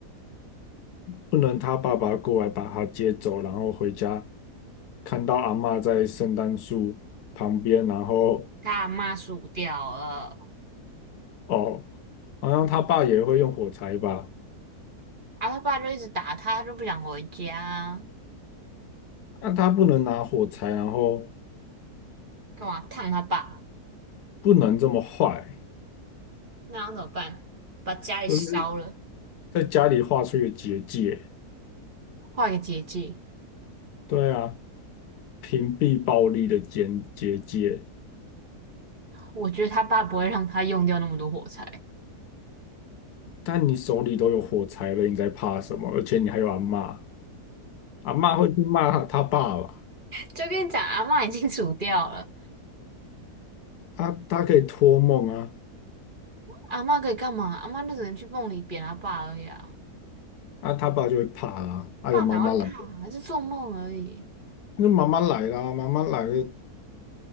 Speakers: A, on the left; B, on the right.
A: 不能他爸爸过来把他接走，然后回家看到阿嬷在圣诞树旁边，然后
B: 他阿嬷死掉了，
A: 哦，好像他爸也会用火柴吧？
B: 啊，他爸就一直打他，他就不想回家啊
A: 那他不能拿火柴，然后
B: 干嘛烫他爸？
A: 不能这么坏，
B: 那要怎么办？把家里烧了，
A: 就是在家里画出一个结界。
B: 画一个结界。
A: 对啊，屏蔽暴力的结结界。
B: 我觉得他爸不会让他用掉那么多火柴。
A: 但你手里都有火柴了，你在怕什么？而且你还有阿嬷，阿嬷会去骂他爸吧。
B: 就跟你讲，阿嬷已经煮掉了，
A: 啊，他可以托梦啊，
B: 阿嬷可以干嘛？阿嬷就只能去梦里扁他爸而已啊。
A: 啊，他爸就会怕啦、啊，
B: 爸哪会怕啊？
A: 有妈妈来了，
B: 还是做梦而已。
A: 那妈妈来啦、妈妈来了，